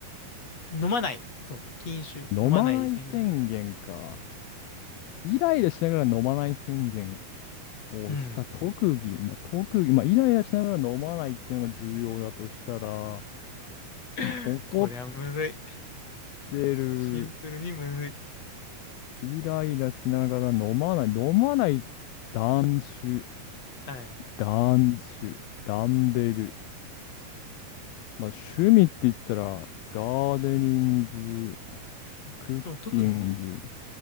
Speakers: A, on the left; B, on the left.
A: 飲まない。そう。禁酒。
B: 飲まない宣言か。
A: 飲まない宣言。
B: イライラしながら飲まない宣言をした特技。
A: うん。
B: まあ、特技。まあ、イライラしながら飲まないっていうのが重要だとしたら、
A: <laughs>
B: もう怒っ
A: こりゃむずい。
B: てる、
A: シンプルにむずい。
B: イライラしながら飲まない。飲まない、断酒、
A: はい。
B: 断酒、ダンベル。まあ、趣味って言ったら、ガーデニング、クッキング、
A: その特技ね。